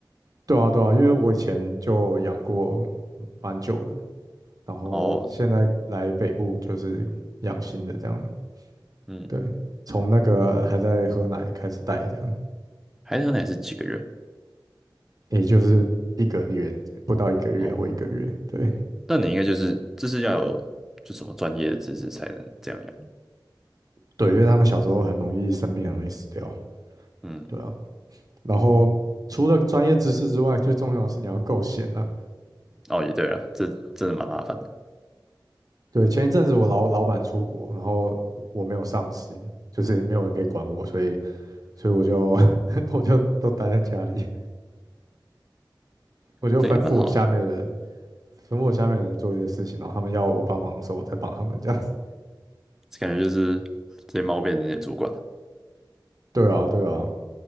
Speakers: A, on the right; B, in the centre.
A: 对啊，对啊，因为我以前就养过蛮久的，然后现在来北部就是养新的这样。
B: 哦，嗯，
A: 对，从那个还在喝奶开始带这样，
B: 海豚奶是几个月？
A: 也就是一个月不到一个月或一个月。
B: 哦，
A: 对
B: 那你应该就是这是要有就什么专业的知识才能这样养。
A: 对，因为他们小时候很容易生病，很容易死掉。
B: 嗯，
A: 对啊。然后除了专业知识之外，最重要的是你要够闲啊。
B: 哦，也对啊，这真的蛮麻烦的，
A: 对，前一阵子我老老板出国，然后我没有上司，就是没有人可以管我，所以所以我就 <laughs> 我就都待在家里，我就吩咐我下面的人，
B: 这也蛮好的，
A: 吩咐我下面的人做一些事情，然后他们要我帮忙的时候，我再帮他们这样子。
B: 感觉就是这些猫变成你的主管了。
A: 对啊，对啊，